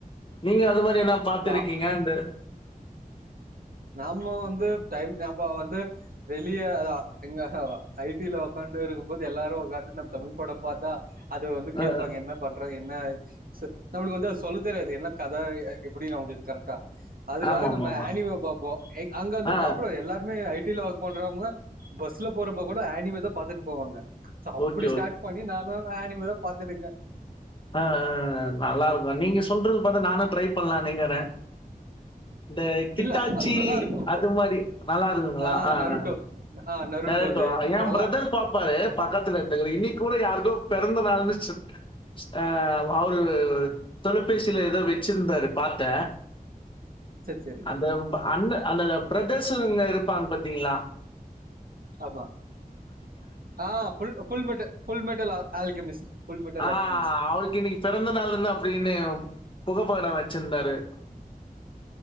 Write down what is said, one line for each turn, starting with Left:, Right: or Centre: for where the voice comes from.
Left: நீங்க அத போலயெல்லா பாத்துருக்கீங்க
Right: இதா
Left: அந்த
Right: நாம வந்து டைம் நம்ம வந்து வெளிய அதா எங்க ஐ டி ல ஒக்காந்துருக்கும்போது எல்லாரூ ஒக்காந்து நம்ம தமிழ் படோ பாத்தா அது வந்து கேப்பாங்க
Left: அ
Right: என்ன பண்ற என் என்னா சத் நம்ளுக்கு வந்து அது சொல்ல தெரியாது என்னா கத எப்படி நமக்கு கரெக்டா அதுக்காக
Left: ஆமாமாமா.
Right: நம்ம ஆனிவ பாப் ஓ எ அங்க வந்து
Left: ஆ
Right: பாப்புலர் எல்லாருமே ஐ டி ல வர்க் பண்றவங்க பஸ்ல போறப்ப கூட ஆனிவே தா பாத்துட்டு போவாங்க சோ அப்டி
Left: ஓகே,
Right: ஸ்டார்ட் பண்ணி தா <unintelligible> உங்களாத பாத்துட்டிருக்கே
Left: ஆஹ்ஹ் நல்லா இருக்கோ நீங்க சொல்றது பாத்த நானு ட்ரை பண்ணலானுங்கிறே இந்த கித்தாச்சி
Right: இல்ல அது நல்லா இருக்கு
Left: அது மாரி நல்லா இருக்குங்களா
Right: ஆ
Left: ஆஹ்
Right: நருட்டோ ஆ நருட்டோது
Left: நரட்டோ எயா
Right: அதெல்லா
Left: பிரதர் பாப்பாரு பக்கத்துல இருந்து இன்னைக்கு கூட யாருக்கோ பெறந்த நாளுனு சிப் ஆ அவரு தொலைபேசில ஏதோ வச்சிருந்தாரு பாத்தே
Right: சரி சரி
Left: அந்த ப் அண்ண அந்ததா ப்ரத் பேசுறவங்க இருப்பாங்க பாத்தீங்ளா
Right: ஆமா ஆ ஃபுல் ஃபுல் மட்டு ஃபுல் ம னுல்லா ஆல்கெமிஸ்ட் ஃபுல் மெட்டல்
Left: ஆஹ்
Right: ஆல்கெமிஸ்ட்
Left: அவ்ளுக்கு இன்னைக்கி பொறந்த நாளுன்னு அப்டின்னு புகைப்பட எடுத் வெச்சிந்தாரு